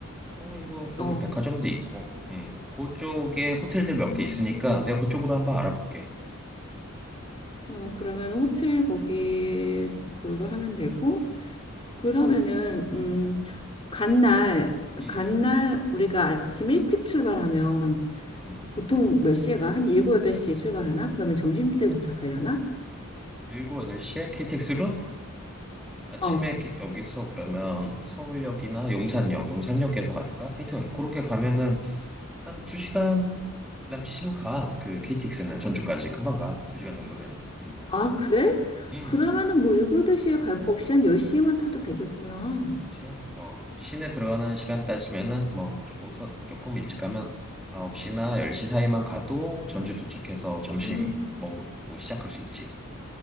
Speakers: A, in the centre; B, on the left (about 25°).
A: 어, 이거 거기
B: 어.
A: 백화점도 있고, 음, 그쪽에 호텔들 몇
B: 음.
A: 개 있으니까 내가 그쪽으로 한번 알아볼게.
B: 어, 그러면 호텔 거기
A: 음,
B: 걸로 하면 되고
A: 음,
B: 그러면은 음, 간날
A: 음,
B: 간날 우리가 아침 일찍 출발하면
A: 음.
B: 보통 몇 시에 가? 한 일곱 여덟 시에 출발하나? 그러면 점심때 도착하려나?
A: 일곱 여덟 시에 KTX로 아침에
B: 어.
A: 기- 여기서 그러면 서울역이나 용산역, 용산역에서 가든가 하여튼 그렇게 가면은 한 두시간 남치시면 가. 그 KTX는 전주까지 금방 가. 두 시간 정도면. 음,
B: 아, 그래?
A: 음,
B: 그러면은 뭐 일곱 여덟 시에 갈 거 없이 한 열 시에만 타도 되겠구나.
A: 그치. 어, 시내 들어가는 시간 따지면은 뭐 조금 서, 조금 일찍 가면 9시나 10시 사이만 가도 전주 도착해서 점심
B: 음.
A: 먹고 시작할 수 있지.